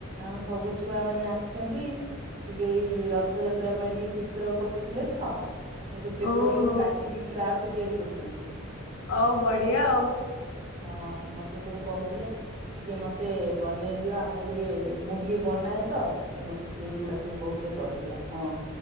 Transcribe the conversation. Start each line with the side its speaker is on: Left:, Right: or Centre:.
Right: ଆମ ସବୁ ଛୁଆ ମାନେ ଆସିଚନ୍ତି। ଟିକେ ଏଇ ରଥଯାତ୍ରା ପାଇଁ ଟିକେ ଚିତ୍ର କରୁଥିଲେ ତ ଏ ସବୁ ପେପର୍
Left: ଓହୋ
Right: ସବୁ କାଟିକି କ୍ରାଫ୍ଟ ତିଆରି କରୁଚନ୍ତି।
Left: ହଉ ବଢିଆ ଆଉ।
Right: ହଁ ମତେ ସବୁ କହୁଥିଲେ ଟିକେ ମତେ ବନେଇ ଦିଅ ଆମୁକୁ ଟିକେ ମୁଁ ଟିକେ ବନାଏ ତ ସେ ମତେ ସେଇଗୁଡା ସବୁ କହୁଥିଲେ କରିଦିଅ। ହଁ